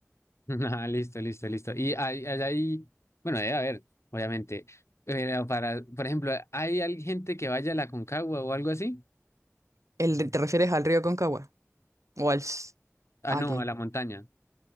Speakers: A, on the left; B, on the right.
A: <laughs> Ah, listo, listo, listo. Y hay- allá hay, bueno, debe haber, obviamente, pero para, por ejemplo, ¿hay al- gente que vaya a la Concagua o algo así?
B: El, ¿te refieres al río Concagua? ¿O al... s-
A: Ah,
B: Ah,
A: no,
B: ok.
A: a la montaña.